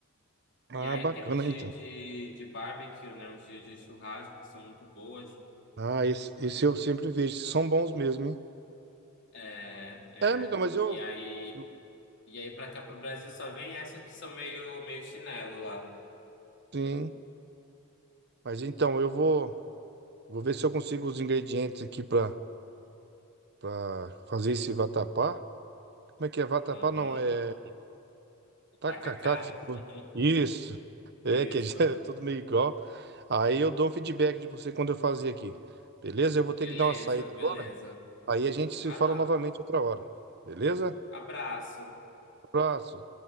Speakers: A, on the right; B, on the left.
A: Ah,
B: E aí
A: bacana,
B: tem uns de,
A: então.
B: de, de barbecue, né? Uns de, de churrasco, que são muito boas.
A: Ah, esse, esse eu sempre vejo. São bons mesmo, hein?
B: É, é.
A: É, amiga, mas eu,
B: E aí,
A: eu-
B: e aí pra cá, pro Brasil, só vem essas que são meio, meio chinelo lá.
A: Sim. Mas então, eu vou, vou ver se eu consigo os ingredientes aqui pra para fazer esse vatapá. Como é que é vatapá?
B: Aham,
A: Não, é
B: O tacacá.
A: tacacá que você falou.
B: <laughs>
A: Isso. É,
B: Isso.
A: que já é tudo meio igual. Aí eu dou um feedback de você quando eu fazer aqui. Beleza? Eu vou ter
B: Beleza,
A: que dar uma saída
B: beleza.
A: agora. Aí a gente se
B: Vai
A: fala
B: lá.
A: novamente outra hora. Beleza?
B: Abraço.
A: Abraço.